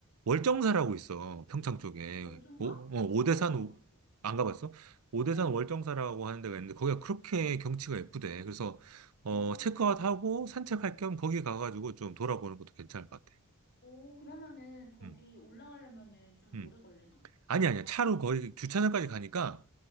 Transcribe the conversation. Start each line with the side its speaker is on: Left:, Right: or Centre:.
Right: 월정사라고 있어. 평창 쪽에.
Left: 월등사?
Right: 오, 어,
Left: 어,
Right: 오대산,
Left: 나한 번도 안
Right: 오-
Left: 가봤어.
Right: 안 가봤어? 오대산
Left: 어,
Right: 월정사라고 하는 데가 있는데 거기가 그렇게 경치가 예쁘대. 그래서, 어,
Left: 어,
Right: 체크아웃 하고 산책할 겸 거기 가가지고 좀 돌아보는 것도 괜찮을 것 같아.
Left: 오, 그러면은 거기
Right: 음,
Left: 올라가려면은 좀
Right: 음.
Left: 오래 걸리나?
Right: 아니, 아니야.
Left: 막,
Right: 차로 거의
Left: 응?
Right: 주차장까지 가니까